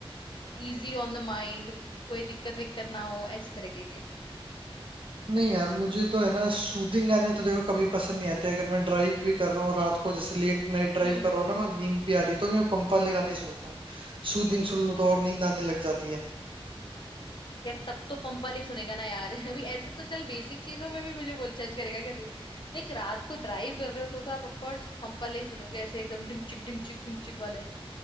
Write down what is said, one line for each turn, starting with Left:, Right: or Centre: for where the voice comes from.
Left: easy on the mind कोई दिक्कत विक्कत ना हो इस तरीके के
Right: नहीं यार मुझे तो है ना सूदिंग गाने तो देखो कभी पसंद नहीं आते अगर मैं ड्राइव भी कर रहा हूँ रात को जैसे लेट नाइट ड्राइव
Left: हम्म
Right: कर रहा हूँ ना मैं नींद भी आ रही है तो भी मैं पंप वाले गाने सुनता हूँ सूदिंग सुन लूँ तो और नींद आने लग जाती है
Left: यार तब तो पंप वाले ही सुनेगा ना यार <laughs> अभी ऐसे तो चल बेसिक चीजों में भी मुझे बोल जज करेगा क्या तू देख रात को ड्राइव कर रहे हो तो तो आप ऑफ कोर्स पंप वाले ही सुनोगे ऐसे एकदम डिंग चिक डिंग चिक डिंग चिक वाले